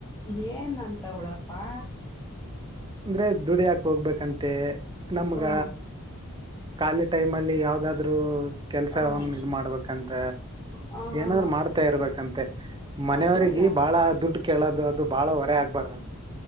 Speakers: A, on the left; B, on the right.
A: ಏನ್ ಅನ್ ತಗೊಳಪ್ಪಾ.
B: ಅಂದ್ರೆ ದುಡಿಿಯಾಕ್ ಹೋಗ್ಬೇಕಂತ. ಮತ್ತು. ನಮ್ಗ
A: ಹ್ಮ
B: ಖಾಲಿ ಟೈಮ್ ಅಲ್ಲಿ ಯಾವ್ದಾದ್ರು ಕೆಲ್ಸನ್
A: ಹ್ಮ
B: ಇದ್ ಮಾಡ್ಬೇಕಂತ
A: ಹ ಹಾ ಹಾ
B: ಏನಾದ್ರು ಮಾಡ್ತಾ ಇರ್ಬೇಕಂತೆ ಮನೆಯವಗ
A: ಹೌದಾ
B: ಬಹಳ ದುಡ್ಡು ಕೇಳದು ಅದು ಬಾಳ ಹೊರೆ ಆಗ್ಬಾರ್ದ.